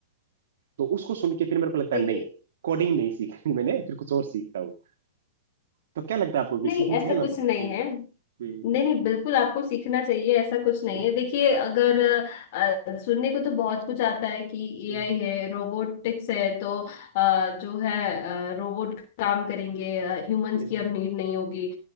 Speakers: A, on the right; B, on the left.
A: तो उसको सुन के फिर मेरे को लगता
B: देखिए
A: है नहीं कोडिंग नहीं सीखनी मैंने फिर कुछ और सीखता हूँ तो क्या लगता है आपको कि
B: नहीं
A: सीखनी
B: ऐसा
A: चाहिए मेरे
B: कुछ
A: को
B: नहीं
A: हम्म
B: है
A: हम्म
B: नहीं नहीं बिल्कुल आपको सीखना चाहिए ऐसा कुछ नहीं
A: हम्म
B: है देखिए अगर अ, सुनने को तो बहुत कुछ आता है कि
A: हम्म,
B: एआई है रोबोटिक्स है तो अ, जो है रोबोट काम करेंगे ह्यूमंस
A: हम्म,
B: की अब नीड नहीं होगी